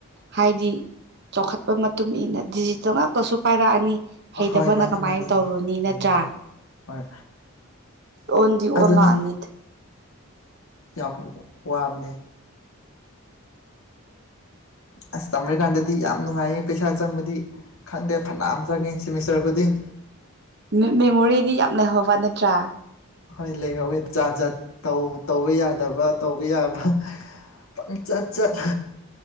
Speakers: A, on the right; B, on the left.
A: ꯍꯥꯏꯗꯤ ꯆꯥꯎꯈꯠꯄꯥ ꯃꯇꯨꯡ ꯏꯟꯅ ꯗꯤꯖꯤꯠꯇ ꯉꯥꯛꯇꯁꯨ ꯄꯥꯏꯔꯛ ꯑꯅꯤ ꯍꯩꯇꯕꯅ
B: ꯍꯣꯏ ꯃꯥꯅꯦ
A: ꯀꯃꯥꯏꯟ
B: ꯃꯥꯅꯦ
A: ꯇꯧꯔꯨꯅꯤ
B: ꯌꯥꯏꯅꯤ
A: ꯅꯠꯇ꯭ꯔꯥ
B: ꯍꯣꯏ ꯍꯣꯏ
A: ꯑꯣꯟꯗꯤ
B: ꯑꯗꯨꯅꯤ
A: ꯑꯣꯂꯥꯛꯑꯅꯤ
B: ꯌꯥꯝ ꯋꯥꯕꯅꯦ ꯑꯁ ꯇꯝꯔꯤꯀꯥꯟꯗꯗꯤ ꯌꯥꯝ ꯅꯨꯡꯉꯥꯏꯌꯦ ꯄꯩꯁꯥ ꯆꯪꯕꯗꯤ ꯈꯪꯗꯦ ꯐꯅꯥꯝ ꯆꯪꯉꯤ ꯁ‌ꯦꯃꯤꯁꯇ꯭ꯔ ꯈꯨꯗꯤꯡ
A: ꯃ‌ꯦ ꯃꯦꯃꯣꯔꯤꯗꯤ ꯌꯥꯝ ꯂꯩꯩꯍꯧꯕ ꯅꯠꯇ꯭ꯔꯥ
B: ꯍꯣꯏ ꯂꯩꯍꯧꯋꯦ ꯖꯥꯠ ꯖꯥꯠ ꯇꯧ ꯇꯧꯕ ꯌꯥꯗꯕ ꯇꯧꯕ ꯌꯥꯕ ꯄꯪꯆꯠ ꯆꯠ